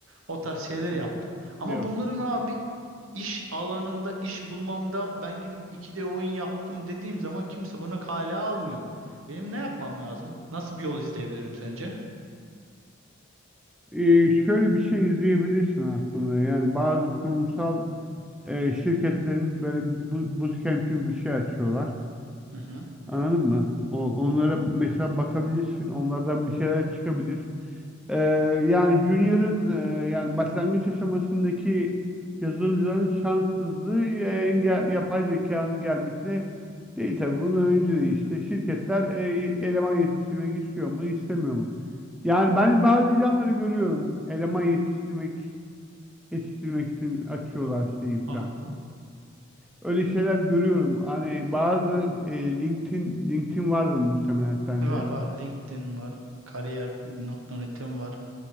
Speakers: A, on the right; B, in the centre.
A: O tarz şeyler yaptım.
B: Hı hı.
A: Ama
B: Yok.
A: bunların abi iş alanında iş bulmamda ben gidip 2D oyun yaptım dediğim zaman kimse bunu kale almıyor. Benim ne yapmam lazım? Nasıl bir yol izleyebilirim sence?
B: E, şöyle bir şey izleyebilirsin aslında. Yani bazı kurumsal e, şirketlerin böyle bu- bootcamp gibi bir şey açıyorlar.
A: Hı hı,
B: Anladın mı? O, onlara mesela bakabilirsin. Onlardan bir şeyler çıkabilir. Ee, yani Junior'ın e, yani başlangıç aşamasındaki yazılımcıların şanssızlığı e, engel, yapay zekanın gelmesi değil tabii. Bundan önce de işte şirketler e, eleman yetiştirmek istiyor mu, istemiyor mu? Yani ben bazı ilanları görüyorum. Eleman yetiştirmek yetiştirmek için açıyorlar şeyi falan.
A: anladım.
B: Öyle şeyler görüyorum. Hani bazı e, LinkedIn LinkedIn vardır muhtemelen sende.
A: Var var. LinkedIn var. kariyer Kariyer.net'im var.